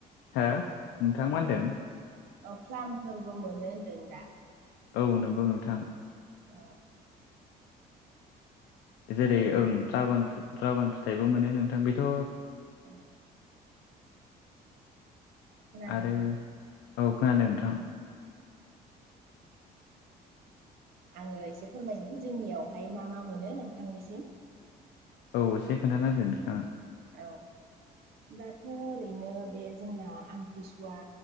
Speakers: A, on the left; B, on the right.
A: हो नोंथां मा होन्दों?
B: फ्लामफोरबो मोनो होनदों दा
A: औ नंगौ नोंथां।
B: औ।
A: जेरै ओं ड्रागन फु ड्रागन फिथायाइबो मोनो नोंथां बेथ'
B: <unintelligible> खोनादों
A: आरो
B: नोंथां।
A: औ खोनादों नोंथां
B: आङो एसे फोरमायनि जोंनियावहाय मा मा मोनो नोंथांनिसिम।
A: औ एसे खोन्थाना होगोन नोंथाङा।
B: औ दाथ' ओरैनो बे जोंना आमथिसुवा